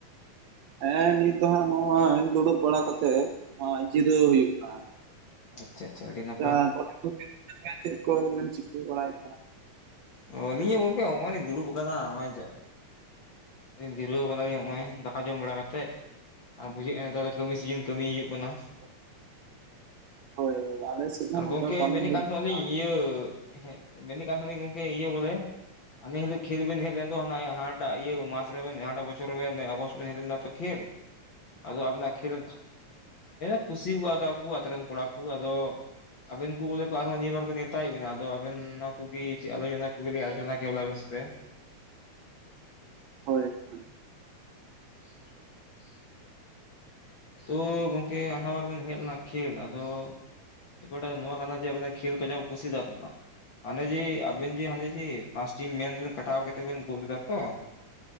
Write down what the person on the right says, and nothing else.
ᱦᱮᱸ ᱱᱤᱛ ᱫᱚ ᱦᱟᱸᱜ ᱱᱚᱣᱟ ᱫᱩᱲᱩᱵ ᱵᱟᱲᱟ ᱠᱟᱛᱮᱜ ᱦᱚᱸ ᱡᱤᱨᱟᱹᱣ ᱦᱩᱭᱩᱜ ᱠᱟᱱᱟ᱾
ᱡᱟᱸ <inaudible> ᱪᱮᱫ ᱠᱚᱨᱮ ᱵᱮᱱ ᱪᱤᱠᱟᱹ ᱵᱟᱲᱟᱭᱮᱜ ᱠᱟᱱᱟ?
<inaudible> ᱦᱳᱭ ᱦᱳᱭ ᱟᱞᱮ ᱥᱮᱫ ᱦᱚᱸ
ᱱᱚᱝᱠᱟ
ᱠᱟᱹᱢᱤ
ᱦᱩᱭᱩᱜ
ᱠᱟᱱᱟ
ᱦᱳᱭ ᱦᱳᱭ